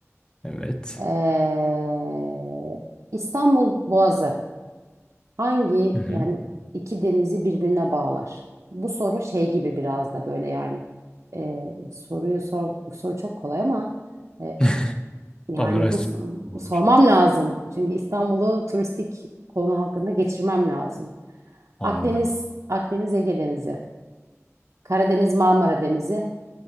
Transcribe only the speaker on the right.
Ee, İstanbul Boğazı hangi
yani iki denizi birbirine bağlar? Bu soru şey gibi biraz da böyle yani e, soruyu sor, soru çok kolay ama e,
yani
bu s-
sormam lazım. Çünkü İstanbul'u turistik konu hakkında geçirmem lazım.
Akdeniz, Akdeniz Ege Denizi, Karadeniz Marmara Denizi,